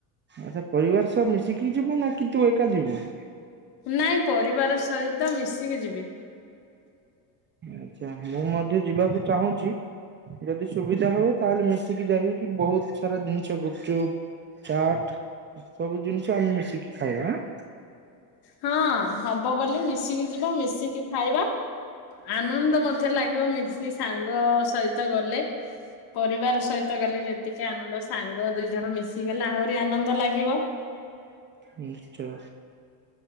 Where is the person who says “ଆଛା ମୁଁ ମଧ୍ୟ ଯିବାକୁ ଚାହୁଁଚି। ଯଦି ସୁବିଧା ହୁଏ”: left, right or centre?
Right